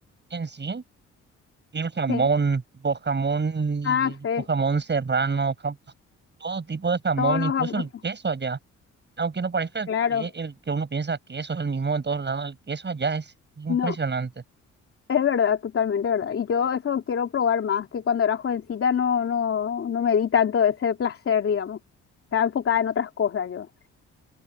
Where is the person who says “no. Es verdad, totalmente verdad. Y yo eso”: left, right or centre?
Left